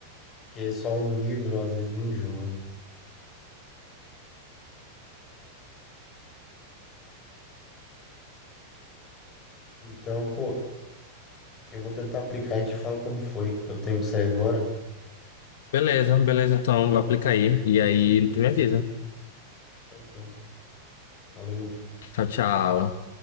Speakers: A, on the left; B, on the left.
A: porque só um livro às vezes me enjoa. Então, pô, eu vou tentar aplicar e te falo como foi. Eu tenho que sair agora.
B: Beleza, beleza, então aplica aí. E aí tu me avisa.
A: Tranquilo. Valeu.
B: Tchau, tchau.